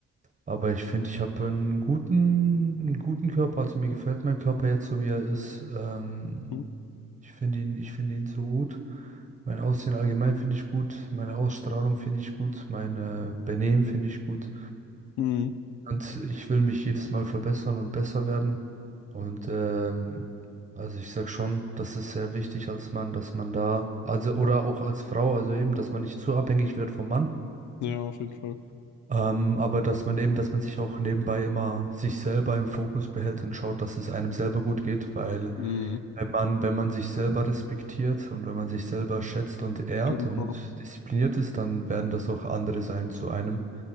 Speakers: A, on the right; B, on the left.
A: Aber ich finde, ich habe einen guten, einen guten Körper. Also mir gefällt mein Körper jetzt so, wie er ist. Ähm,
B: Mhm.
A: ich finde ihn, ich finde ihn so gut. Mein Aussehen allgemein finde ich gut. Meine Ausstrahlung finde ich gut. Mein äh, Benehmen finde ich gut.
B: Mhm.
A: Und ich will mich jedes Mal verbessern und besser werden. Und ähm, also ich sag schon, das ist sehr wichtig als Mann, dass man da, also oder auch als Frau, also eben, dass man nicht zu abhängig wird vom Mann.
B: Ja, auf jeden Fall.
A: Ähm, aber dass man eben, dass man sich auch nebenbei immer sich selber im Fokus behält und schaut, dass es einem selber gut geht, weil
B: Mhm.
A: wenn man, wenn man sich selber respektiert und wenn man sich selber schätzt und ehrt
B: Genau.
A: und diszipliniert ist, dann werden das auch andere sein zu einem.